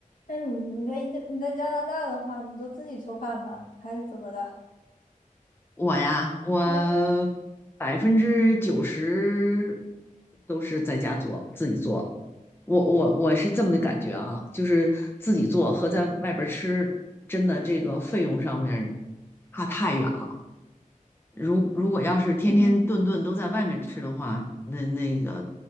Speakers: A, on the left; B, on the left.
A: 那你你在你在你在加拿大的话，你都自己做饭吗？还是怎么的？
B: 我呀，我
A: 嗯
B: 百分之九十都是在家做，自己做。我我我是这么的感觉啊，
A: 嗯
B: 就是自己做和在外边儿吃，真的这个费用上面儿差太远了。如如果要是天天顿顿都在外面吃的话，
A: 嗯，
B: 那那个